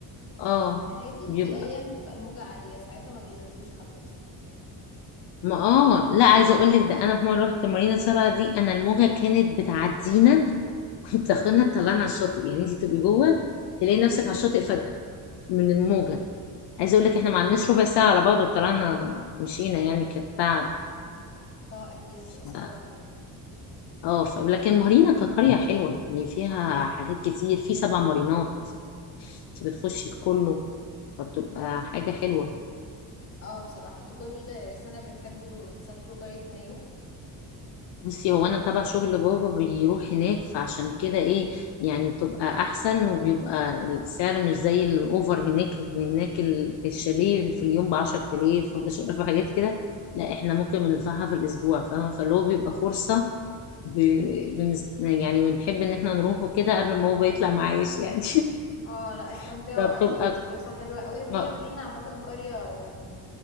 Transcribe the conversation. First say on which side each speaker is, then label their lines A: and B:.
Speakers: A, on the left; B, on the left.
A: اه
B: هادي
A: بيبقى
B: وفي ايام بتبقى الموجة عالية ساعتها ما بينزلوش حد اصلا
A: ما اه لا عايزه اقول لك ده انا في مره رحت مارينا سبعة دي انا الموجه كانت بتعدينا <laughs> وبتاخدنا تطلعنا على الشاطئ يعني انت تبقي جوه تلاقي نفسك على الشاطئ فجاه من الموجه عايزه اقول لك احنا ما عندناش ربع ساعه على بعض وطلعنا مشينا يعني كانت تعب
B: اه اكيد
A: ف-
B: هتبقى صعبة قوي
A: اه ف... لكن مارينا كقريه حلوه يعني فيها حاجات كتير في سبع مارينات انت بتخشي لكله فبتبقى حاجه حلوه
B: اه بصراحة انتوا كل سنة بتحبوا تسافروا قرية مارينا
A: بصي هو انا تبع شغل بابا بيروح هناك فعشان كده ايه يعني بتبقى احسن وبيبقى السعر مش زي الاوفر هناك هناك ال- الشاليه في اليوم ب 10000 و11000 وحاجات كده لا احنا ممكن بندفعها في الاسبوع فاهمه فاللي هو بيبقى فرصه ب... بنس... يعني بنحب ان احنا نروحه كده قبل ما بابا يطلع معايش يعني
B: اه لا استمتعوا
A: <laughs> فبتبقى
B: اكيد فرصة حلوة قوي وهي
A: آه،
B: مارينا عامة قرية يعني